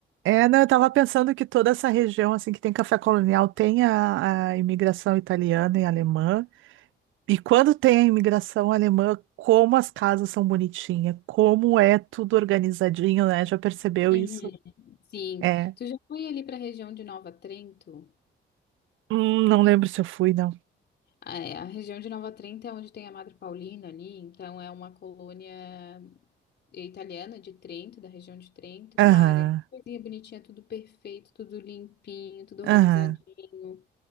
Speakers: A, on the right; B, on the left.
A: É, não, eu estava pensando que toda essa região assim que tem café colonial tem a, a imigração italiana e alemã. E quando tem a imigração alemã, como as casas são bonitinhas, como é tudo organizadinho, né? Já percebeu
B: Uhum.
A: isso?
B: Sim,
A: É.
B: tu já foi ali para a região de Nova Trento?
A: Hum, não lembro se eu fui, não.
B: Ah, é, A região de Nova Trento é onde tem a Madre Paulina ali, então é uma colônia italiana de Trento, da região de Trento.
A: Aham,
B: Cara, que coisinha bonitinha, tudo perfeito, tudo limpinho, tudo organizadinho.
A: aham.